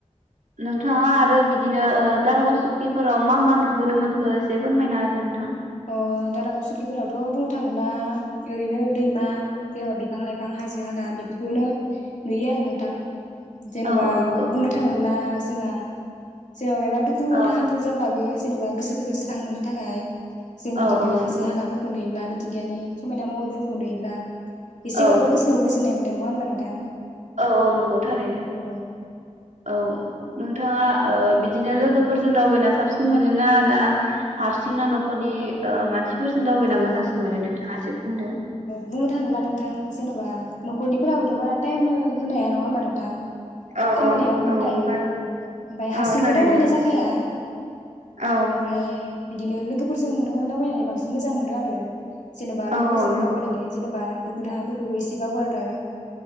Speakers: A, on the right; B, on the left.
A: नोंथाङा आरो बिदिनो ओ दारागाव सुकिफोराव मा मा नुबोनो मोनखौ एसे फोरमायना होदो नोंथां
B: अ दारागाव सुकिफोरावथ' बुंनो थाङोब्ला ओरैनो दैमा जेनेबा बिफां लाइफां हाजो हाला बेफोरखौनो नुयो आरो नोंथां जेनेबा
A: औ औ नंगौ
B: बुंनो थाङोब्ला जोङो जेनेबा मायबा दुखु
A: औ
B: दाहाफोर जाब्लाबो जेनबा गोसोफोरखो स्रा स्रां मोननो थाखाय जों
A: औ
B: बिदिनो
A: औ नंगौ
B: हाजो हालाफोरखो नुयोब्ला मिथिंगायानि समायना महरफोरखौ नुयोब्ला एसेब्लाबो
A: औ
B: गोसोआव गोजोननाय मोनो नं नंङा होमबा नोंथां?
A: औ औ नंगौ थारैनो
B: औ
A: औ नोंथाङा ओ बिदिनो लोगोफोरजों दावबायना साबसिन मोनोना ना हारसिं सिंना नख'रनि ओ मानसिफोरजों दावबायना
B: ओ
A: मोजांसिन मोनो नोंथाङा ऐसे बुंदों
B: बुंनो थाङोब्ला नोंथां जेन'बा नख'रनिफोराबोथ' बारा टाइम हो होनाया नङा नंङा होमबा नोंथां?
A: औ
B: खामानियाव
A: औ
B: मुखुब
A: औ
B: थायो
A: बारा
B: ओमफाय हारसिंथ'
A: औ थारैनो
B: दावबायनाय
A: नंगौ
B: जाखाया
A: औ
B: ओमफाय बिदिनो लोगो फोरजोंनो दावबायनानै बांसिन मोजां मोनो आरो जेनेबा लोगोफोरजों
A: औ औ नंगौ
B: दावबायनानै जेनेब बा दुखु दाहाफोरखोबो एसे बावगारलाङो